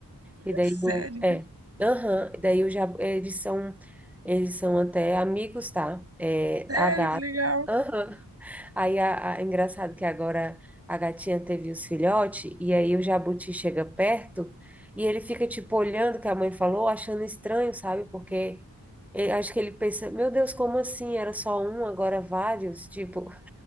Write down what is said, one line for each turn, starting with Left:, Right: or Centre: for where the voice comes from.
Centre: E daí
Right: sério?
Centre: o, é, aham, e daí o jabu, eles são eles são até amigos, tá? É,
Right: Sério,
Centre: a gata.
Right: que legal.
Centre: Aham. Aí a, a- é engraçado que agora a gatinha teve os filhotes e aí o jabuti chega perto e ele fica tipo olhando o que a mãe falou, achando estranho, sabe? Porque ele- acho que ele pensa, meu Deus, como assim? Era só um, agora vários, tipo.